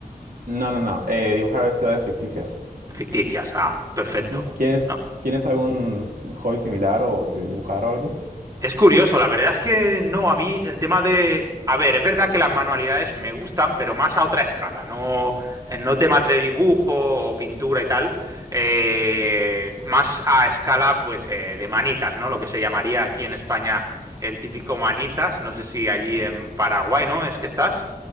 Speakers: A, on the right; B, on the right.
A: No, no, no, eh, dibujar ciudades ficticias.
B: Ficticias, ah, perfecto.
A: Ujú. ¿Tienes,
B: No,
A: tienes algún hobby similar o de dibujar o algo?
B: es curioso, la verdad es que no, a mí el tema de... A ver, es verdad que las manualidades me gustan, pero más a otra escala, no, eh, no temas de dibujo o pintura y tal, eh, más a escala pues eh, de manitas, ¿no? Lo que se llamaría aquí en España el típico manitas, no sé si allí en Paraguay, ¿no? Es que estás.